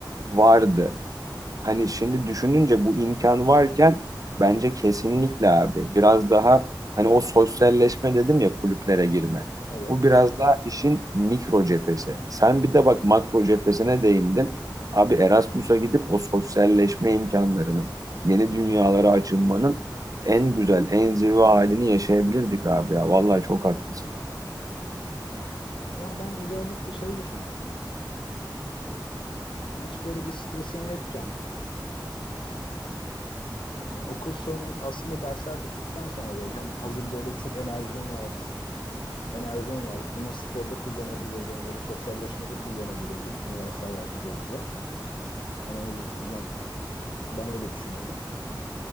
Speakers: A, on the right (about 45°); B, on the left (about 85°).
A: vardı. Hani şimdi düşününce bu imkan varken bence kesinlikle abi biraz daha hani o sosyalleşme dedim ya kulüplere girme.
B: Evet.
A: Bu biraz daha işin mikro cephesi. Sen bir de bak makro cephesine değindin. Abi Erasmus'a gidip o sosyalleşme imkanlarının, yeni dünyalara açılmanın en güzel, en zirve halini yaşayabilirdik abi ya. Vallahi çok haklısın.
B: Ya ben özellikle şey düşündüm. Hani hiç böyle bir stresin yokken Yani okul sorunu aslında dersler bittikten sonra böyle hem hazır böyle çok enerjin var, enerjin var. Bunu sporda kullanabilirdin ya da sosyalleşmede kullanabilirdin üniversite hayatı boyunca. Yani en azından ben öyle düşünüyordum.